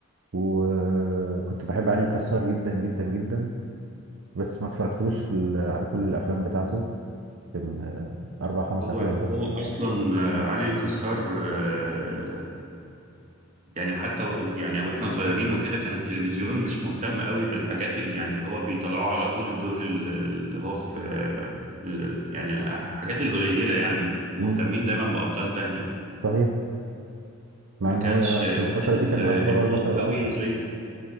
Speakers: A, on the right; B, on the right.
A: وكنت بحب علي الكسار جدا جدا جدا بس ما اتفرجتلوش في ال- على كل الأفلام بتاعته كان آه، أربع خمس
B: هو
A: أفلام بس
B: هو اصلا آه، علي الكسار آه، يعني حتى و- يعني واحنا صغيرين وكده كان التلفزيون مش مهتم قوي بالحاجات اللي يعني هو بيطلعوا على طول الدور ال- اللي هو في آه، ال- يعني الحاجات القليلة يعني مهتمين
A: مم.
B: دايما بأبطال تانية
A: صحيح مع
B: ما
A: إن
B: كانش
A: هو
B: آه،
A: في الفترة
B: واخد
A: دي
B: ال-
A: كان يعتبر
B: الضوء
A: هو البطل الأوحد
B: قوي زي